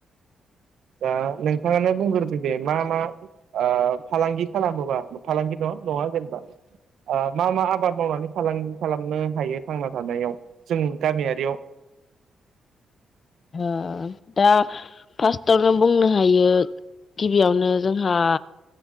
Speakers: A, on the right; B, on the left.
A: दा नोंथाङानो बुंग्रोदो जे मा-मा अ फालांगि खालामोबा फालांगिल' नङा जेनेबा अ‌ मा-मा आबाद मावनानै फालांगि खालामनो हायो थांना थानायाव जों गामियारियाव?
B: अ दा फार्स्टआवनो बुंनो हायो गिबियावनो जोंहा